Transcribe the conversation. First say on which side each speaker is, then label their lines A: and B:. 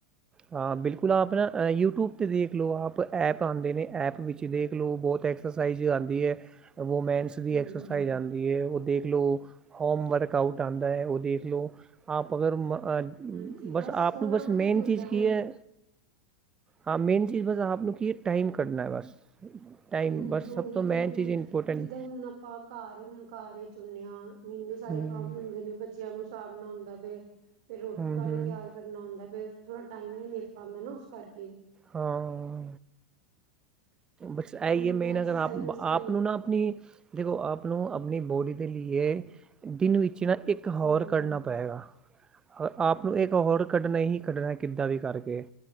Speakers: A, on the right; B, on the right.
A: ਹਾਂ, ਬਿਲਕੁਲ ਆਪ ਨਾ ਯੂਟਿਊਬ ਤੇ ਦੇਖਲੋ ਆਪ ਐਪ ਆਂਦੇ ਨੇ ਐਪ ਵਿੱਚ ਦੇਖਲੋ ਬਹੁਤ ਐ ਐਕਸਰਸਾਈਜ਼ ਵੂਮੈਨਸ, ਦੀ
B: ਹੂੰ-ਹੂੰ
A: ਐਕਸਰਸਾਈਜ਼ ਆਂਦੀ ਐ ਉਹ ਦੇਖਲੋ ਹੋਮ ਵਰਕ ਆਊਟ ਆਂਦਾ ਉਹ ਦੇਖ ਲਓ ਆਪ ਅਗਰ ਅ
B: ਹਾਂਜੀ
A: ਬਸ ਆਪ
B: ਉਹਨਾਂ
A: ਨੂੰ ਬਸ
B: ਪਤਾ
A: ਮੇਨ
B: ਹੁੰਦਾ
A: ਚੀਜ਼ ਕੀ
B: ਹੁਣ
A: ਐ। ਹਾਂ ਮੇਨ ਚੀਜ਼ ਬਸ ਆਪ ਨੂੰ ਕੀ ਐ ਟਾਈਮ ਕੱਢਨਾ ਬਸ ਟਾਈਮ
B: ਹੂੰ,
A: ਬਸ
B: ਉਹੀ
A: ਸਭ ਤੋਂ ਮੇਨ
B: ਤੇ ਹੁਣ
A: ਚੀਜ਼ ਇੰਪੋਰਟੈਂਟ
B: ਜਿੱਦਾਂ ਹੁਣ ਆਪਾਂ ਘਰ ਹੁਣ ਘਰ ਵਿੱਚ ਹੁੰਨੇ ਆ ਵੀ ਇੰਨੇ ਸਾਰੇ
A: ਹੂੰ
B: ਕੰਮ ਹੁੰਦੇ ਨੇ। ਬੱਚਿਆਂ ਨੂੰ ਸਾਬਣਾ ਹੁੰਦਾ ਫੇ ਫਿਰ ਰੋਟੀ
A: ਹੂੰ
B: ਪਾਣੀ
A: ਹੂੰ,
B: ਤਿਆਰ ਕਰਨਾ ਹੁੰਦਾ ਫੇਰ ਥੋੜਾ ਟਾਈਮ ਨੀ ਮਿਲ ਪਾਂਦਾ ਨਾ ਉਸ ਕਰਕੇ
A: ਹਾਂ। ਬਸ ਐਈ
B: ਹੁਣ
A: ਐ ਮੇਨ
B: ਐਕਸਰਸਾਈਜ਼
A: ਅਗਰ ਆਪ-ਆਪ
B: ਵਾਸਤੇ ਵੀ
A: ਨੂੰ ਨਾ। ਆਪਣੀ ਦੇਖੋ ਆਪ ਨੂੰ ਆਪਣੀ ਬੋਡੀ ਦੇ ਲਈਏ ਦਿਨ ਵਿੱਚ ਨਾ ਇੱਕ ਇੱਕ ਹੋਰ
B: ਹੂੰ
A: ਕਰਨਾ ਪਏਗਾ। ਆਪ ਨੂੰ ਇੱਕ ਹੋਰ ਕੱਢਣਾ ਹੀ ਕੱਢਣਾ ਕਿੱਦਾਂ ਵੀ ਕਰਕੇ